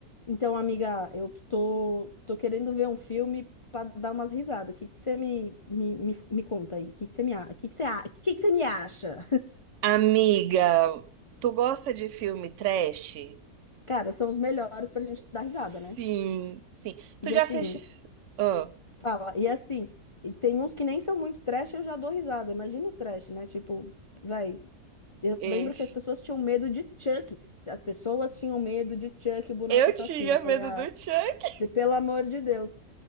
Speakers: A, on the left; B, on the right.
A: Então, amiga, eu tô, tô querendo ver um filme para dar umas risadas. O que que você me, me, me, me conta aí? O que que você me, a- o que que você, a- o que que você me acha?
B: Amiga, tu gosta de filme trash?
A: Cara, são os melhores pra gente dar
B: Sim,
A: risada, né?
B: sim. Tu
A: E
B: já
A: assim,
B: assiste? Ah,
A: fala, e assim, e tem uns que nem são muito trash, eu já dou risada. Imagina os trash, né? Tipo, vai, eu
B: e-
A: lembro que as pessoas tinham medo de Chuck. As pessoas tinham medo de Chuck, boneco
B: Eu
A: assassino.
B: tinha
A: Eu falei,
B: medo
A: ah,
B: do Chuck.
A: de pelo amor de Deus.